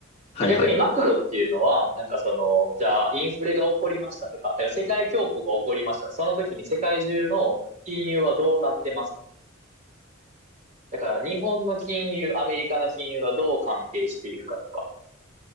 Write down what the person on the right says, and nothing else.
で逆にマクロっていうのは、なんかその、じゃあインフレが起こりましたとか、だから世界恐慌が起こりました。その時に世界中の金融はどうなってますとか。だから日本の金融、アメリカの金融がどう関係しているかとか、